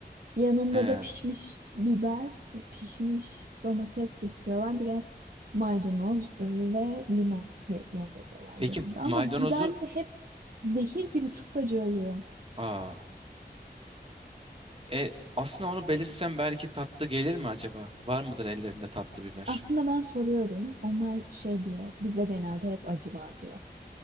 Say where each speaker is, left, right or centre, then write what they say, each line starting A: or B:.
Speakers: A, on the right; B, on the right.
A: Yanında
B: He.
A: da pişmiş biber, pişmiş domates getiriyorlar. Biraz maydanoz e, ve limon ge- gönderiyorlar
B: Peki
A: yanında. Ama
B: maydanozu
A: biberleri hep zehir gibi çok acı oluyor.
B: aa e aslında onu belirtsem belki tatlı gelir mi acaba? Var mıdır ellerinde tatlı biber?
A: Aslında ben soruyorum. Onlar şey diyor. Bizde genelde hep acı var diyor.